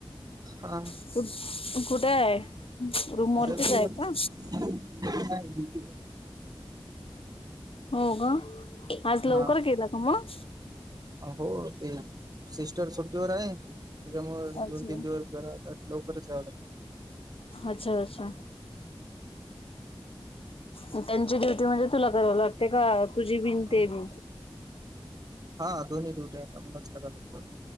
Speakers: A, on the right; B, on the left.
A: हा.
B: <unintelligible> कुठ कुठे आहे? रूमवरतीच
A: <inaudible>
B: आहे का हो ग आज लवकर
A: हा
B: गेला का मग?
A: हो ते सिस्टर सुट्टीवर आहे. त्याच्यामुळे
B: अच्छा
A: दोन तीन दिवस जरा लवकरच याव लागत.
B: अच्छा अच्छा. त्यांची ड्युटी म्हणजे तुला कराव लागते का तुझी बिन
A: लागतं
B: ते बि?
A: हा दोन्ही ड्युट्या आता मलाच करायला लागता.